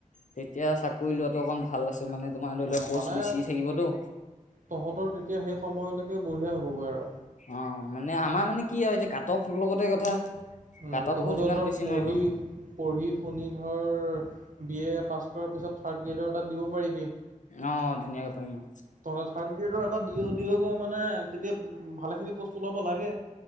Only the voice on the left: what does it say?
তেতিয়া চাকৰি লোৱাটো অকন ভাল আছে। মানে তোমাৰ
ধৰি লওক প'ষ্ট
বেছি থাকিবতো।
অ' মানে আমাৰ মানে কি হয় আৰু এতিয়া কাট অফ লগতে কথা।
কাট অফটো
যিমান
বেছি
মাৰিব
অঁ ধুনীয়াকে পাৰিম অ